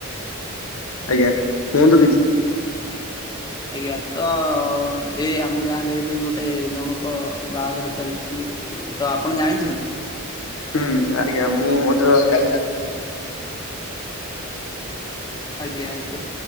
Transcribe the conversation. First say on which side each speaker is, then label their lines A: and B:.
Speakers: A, on the left (about 85°); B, on the left (about 20°).
A: ଆଜ୍ଞା କୁହନ୍ତୁ କିଛି।
B: ଆଜ୍ଞା ତ-ଅ ଏଇ ଆମ ଗାଁ ରେ ଏବେ ଗୋଟେ ଜଣକ-ଅ ବାଆଘର ଚାଲିଛି ତ ଆପଣ ଜାଣିଛନ୍ତି।
A: ହୁଁ ଆଜ୍ଞା ମୁଁ ମଧ୍ୟ କାଲି ରା
B: ଆଜ୍ଞା ଆଜ୍ଞା